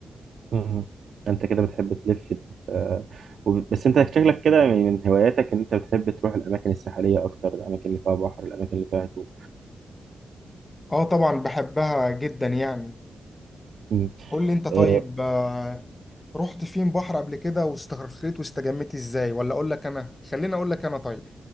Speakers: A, on the right (about 65°); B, on the left (about 25°).
A: مم. انت كده بتحب تلف آه، وب- بس انت شكلك كده من من هواياتك ان انت بتحب تروح الاماكن الساحليه اكتر الاماكن اللي فيها بحر الاماكن اللي فيها هدوء
B: اه طبعا بحبها جدا يعني
A: مم.
B: قول لي انت طيب
A: آه،
B: آه، رحت فين بحر قبل كده واسترخيت واستجمت ازاي ولا اقول لك انا خليني اقول لك انا طيب